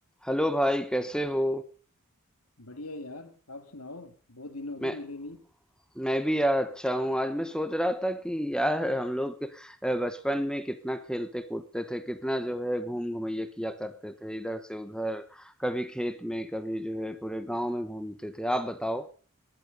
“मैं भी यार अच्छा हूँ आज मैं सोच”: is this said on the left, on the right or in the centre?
Centre